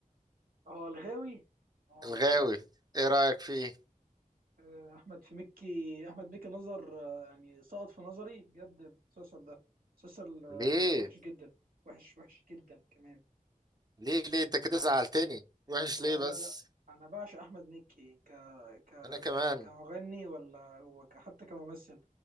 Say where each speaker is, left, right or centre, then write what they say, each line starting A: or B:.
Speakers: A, on the right; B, on the right.
A: اه الغاوي اه
B: الغاوي ايه رأيك فيه
A: آه، احمد في مكي احمد مكي نظر آه، يعني سقط في نظري بجد المسلسل ده مسلسل آه،
B: ليه
A: لا وحش جدا وحش وحش جدا كمان
B: ليه ليه انت كده زعلتني وحش ليه
A: لا
B: بس
A: لا لا انا بعشق احمد مكي ك ك
B: انا كمان
A: ك كمغني ولا هو ك حتى كممثل